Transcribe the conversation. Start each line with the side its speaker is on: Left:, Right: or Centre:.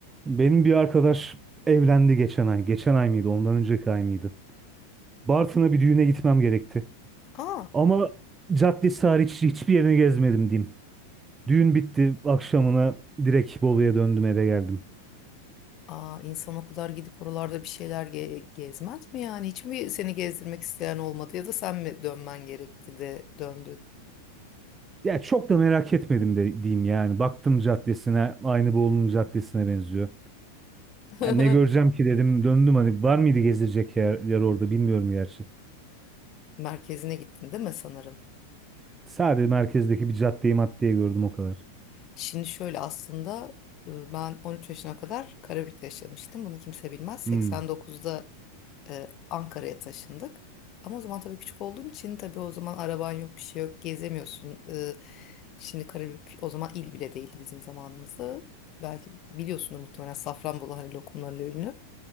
Right: Benim bir arkadaş evlendi geçen ay. Geçen ay mıydı? Ondan önceki ay mıydı? Bartın'a bir düğüne gitmem gerekti.
Left: Aa,
Right: Ama caddesi hariç hiçbir yerini gezmedim diyeyim. Düğün bitti. Akşamına direkt Bolu'ya döndüm eve geldim.
Left: aa, insan o kadar gidip oralarda bir şeyler ge- gezmez mi yani? Hiç mi seni gezdirmek isteyen olmadı ya da sen mi dönmen gerekti de döndün?
Right: Ya çok da merak etmedim de diyeyim yani. Baktım caddesine aynı Bolu'nun caddesine benziyor.
Left: <laughs>
Right: Ya ne göreceğim ki dedim döndüm hani var mıydı gezilecek yer, yer orada bilmiyorum gerçi.
Left: Merkezine gittin değil mi sanırım?
Right: Sadece merkezdeki bir caddeyi maddeye gördüm o kadar.
Left: Şimdi şöyle aslında e, ben 13 yaşına kadar Karabük'te yaşamıştım. Bunu kimse bilmez. 89'da
Right: Hmm.
Left: e, Ankara'ya taşındık. Ama o zaman tabii küçük olduğum için tabii o zaman araban yok, bir şey yok, gezemiyorsun. E, şimdi Karabük o zaman il bile değildi bizim zamanımızda. Belki biliyorsunuz muhtemelen Safranbolu hani lokumlarla ünlü.